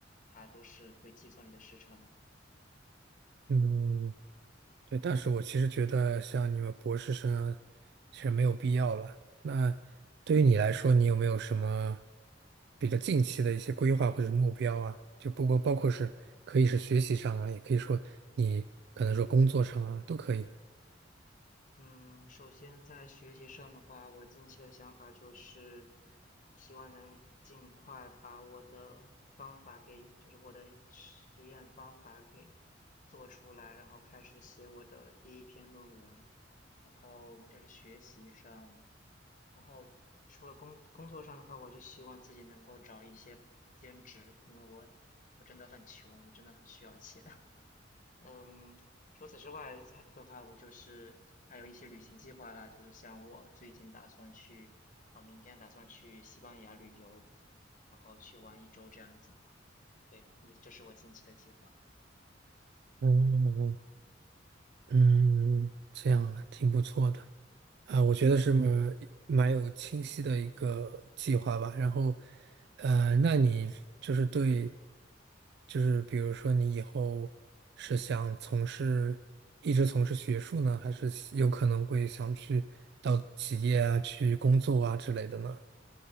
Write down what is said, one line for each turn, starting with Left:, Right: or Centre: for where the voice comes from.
Left: 它都是会计算你的时长的。
Right: 嗯，对，但是我其实觉得像你们博士生啊，其实没有必要了。那对于你来说，你有没有什么比较近期的一些规划或者目标啊？就不过包括是可以是学习上啊，也可以说你可能说工作上啊，都可以。
Left: 嗯，首先在学习上的话，我近期的想法就是，希望能尽快把我的方法给，就是我的实验方法给做出来，然后开始写我的第一篇论文。然后就是学习上，然后除了工工作上的话，我就希望自己能够找一些兼职，因为我我真的很穷，我真的很需要钱。<laughs> 嗯，除此之外，它的话，我就是还有一些旅行计划啦，就是像我最近打算去，啊、明天打算去西班牙旅游，然后去玩一周这样子。对，我这是我近期的计划。
Right: 嗯，嗯，这样啊，挺不错的。啊，我觉得是蛮蛮有清晰的一个计划吧。然后，呃，那你就是对，就是比如说你以后是想从事，一直从事学术呢，还是有可能会想去到企业啊，去工作啊之类的呢？